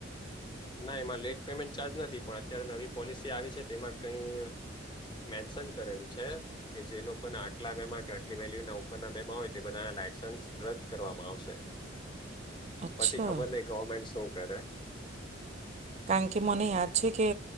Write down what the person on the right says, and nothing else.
અચ્છા
કારણ કે મને યાદ છે કે.